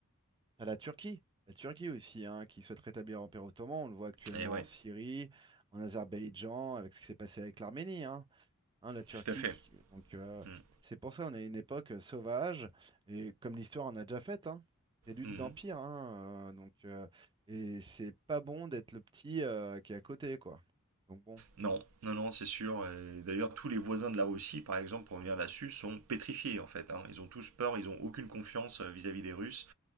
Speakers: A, on the right; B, on the right.
A: T'as la Turquie, la Turquie aussi, hein, qui souhaite rétablir l'Empire ottoman. On le voit actuellement
B: Et ouais,
A: en Syrie, en Azerbaïdjan, avec ce qui s'est passé avec l'Arménie. Hein, Hein, la Turquie,
B: tout à fait.
A: qui- donc euh,
B: Mhm.
A: c'est pour ça qu'on a une époque euh, sauvage et comme l'histoire en a déjà fait, hein, des luttes
B: Mhm.
A: d'empire. Hein, euh, donc euh, et c'est pas bon d'être le petit euh, qui est à côté, quoi. Donc bon,
B: Non, non, non, c'est sûr. Et D'ailleurs, tous les voisins de la Russie, par exemple, pour revenir là-dessus, sont pétrifiés en fait. hein. Ils ont tous peur, ils ont aucune confiance euh, vis-à-vis des Russes